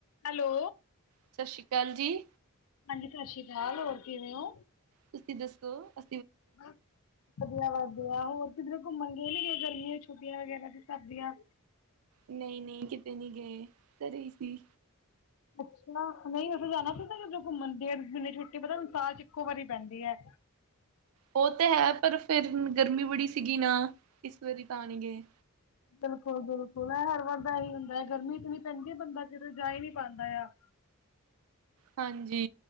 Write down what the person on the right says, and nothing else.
ਸਤਿ ਸ਼੍ਰੀ ਅਕਾਲ ਜੀ,
ਤੁਸੀਂ ਦੱਸੋ ਅ
ਨਹੀਂ-ਨਹੀਂ ਕਿਤੇ ਨੀ ਗਏ, ਘਰੇ ਸੀ।
ਹ ਉਹ ਤੇ ਹੈ ਪਰ ਫੇਰ ਗਰਮੀ ਬੜੀ ਸੀਗੀ ਨਾ, ਇਸ ਵਾਰੀ ਤਾਂ ਨੀ ਗਏ।
ਹਾਂਜੀ।